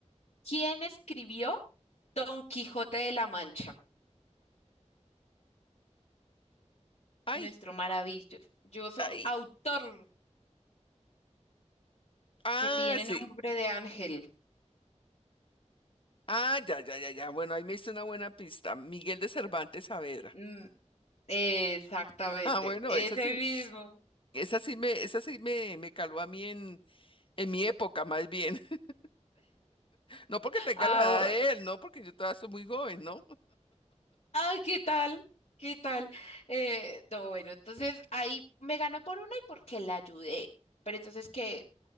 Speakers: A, on the left; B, on the left.
A: ¿Quién escribió Don Quijote de la Mancha?
B: Ay,
A: Nuestro maravilloso
B: ay,
A: autor
B: ah,
A: que tiene
B: sí.
A: nombre de ángel.
B: Ah, ya, ya, ya, ya. Bueno, ahí me hizo una buena pista. Miguel de Cervantes Saavedra.
A: Mm,
B: <laughs>
A: exactamente,
B: Ah, bueno,
A: ese
B: es así.
A: mismo.
B: Esa sí me, esa sí me, me caló a mí en, en mi época, más bien. <laughs> No porque tenga
A: Ahora,
B: la edad de él, no, porque yo todavía soy muy joven, ¿no?
A: ay, ¿qué tal? ¿Qué tal? Eh, no, bueno, entonces ahí me ganó por una y porque la ayudé. Pero entonces, ¿qué?